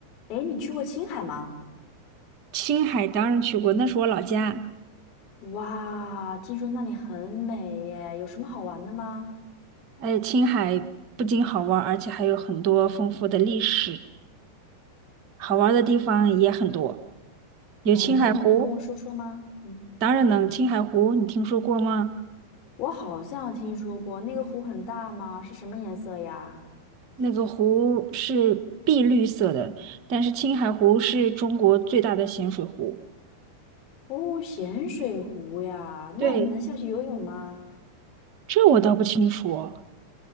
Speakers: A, on the left; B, on the right.
A: 哎，你去过青海吗？
B: 青海当然去过，那是我老家。
A: 哇，听说那里很美耶，有什么好玩的吗？
B: 哎，青海不仅好玩儿而且还有很多丰富的历史，好玩儿的地方也很多。有青海湖，
A: 哎，那你能跟我说说吗？嗯，
B: 当然能。青海湖你听说过吗？
A: 我好像听说过那个湖很大吗？是什么颜色呀？
B: 那个湖是碧绿色的，但是青海湖是中国最大的咸水湖。
A: 哦，咸水湖呀，
B: 对，
A: 那我们能下去游泳吗？
B: 这我倒不清楚哦